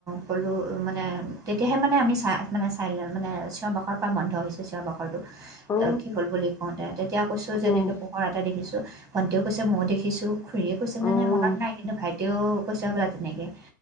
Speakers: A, on the right; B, on the left.
A: ক'লোঁ মানে তেতিয়াহে মানে আমি চাই মানে চাইলেন মানে চিঞৰ বাখৰ পৰা বন্ধ হৈছে, চিঞৰ বাখৰটো।
B: উম অহ
A: কি হ'ল বুলি কওঁতে তেতিয়া কৈছো যেনেকে
B: অহ
A: পোহৰ এটা দেখিছো ভণ্টিও কৈছে মইও দেখি দেখিছো খুৰীয়ে কৈছিল নে
B: অহ
A: নাই মনত নাই কিন্তু ভাইটও কৈছে হবলা তেনেকে।